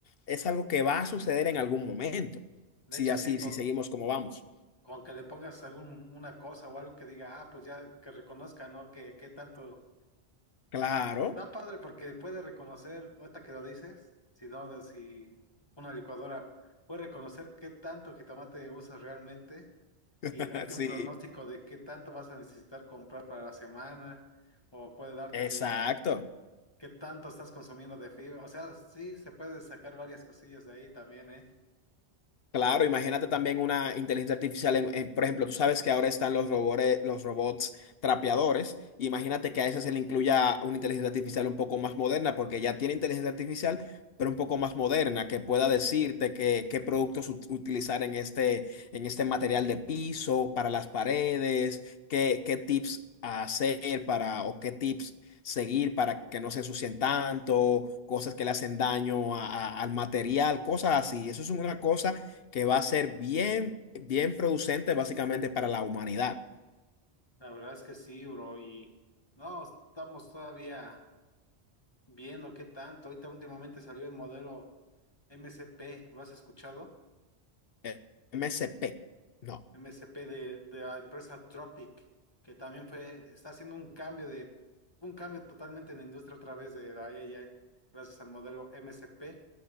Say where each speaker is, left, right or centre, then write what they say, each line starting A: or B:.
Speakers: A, on the left; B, on the left.
A: es algo que va a suceder en algún momento.
B: de
A: Si
B: hecho
A: así,
B: sí, con...
A: si seguimos como vamos.
B: Con que le pongas algún, una cosa o algo que diga, ah, pues ya que reconozca, ¿no? Que, que tanto
A: Claro,
B: Está padre porque puede reconocer, ahorita que lo dices, si no, de- si una licuadora puede reconocer qué tanto jitomate usas realmente
A: <laughs>
B: y darte
A: sí,
B: un pronóstico de qué tanto vas a necesitar comprar para la semana, o puede darte
A: exacto.
B: de qué tanto estás consumiendo de fibra. O sea, sí, se puede sacar varias cosillas de ahí también, ¿eh?
A: Claro, imagínate también una inteligencia artificial. en- en- por ejemplo, tú sabes que ahora están los robores, los robots trapeadores. Imagínate que a ese se le incluya una inteligencia artificial un poco más moderna, porque ya tiene inteligencia artificial, pero un poco más moderna, que pueda decirte qué qué productos ut- utilizar en este, en este material de piso, para las paredes, qué, qué tips hacer para, o qué tips seguir para que no se ensucien tanto, cosas que le hacen daño a- a- al material, cosas así. Eso es una cosa que va a ser bien, bien producente básicamente para la humanidad.
B: La verdad es que sí, bro, y no, estamos todavía viendo qué tanto. Ahorita últimamente salió el modelo MCP, ¿lo has escuchado?
A: Eh, MSP. No.
B: MSP de, de la empresa Tropic, que también fue, está haciendo un cambio de, un cambio totalmente en la industria a través de la AI, gracias al modelo MSP,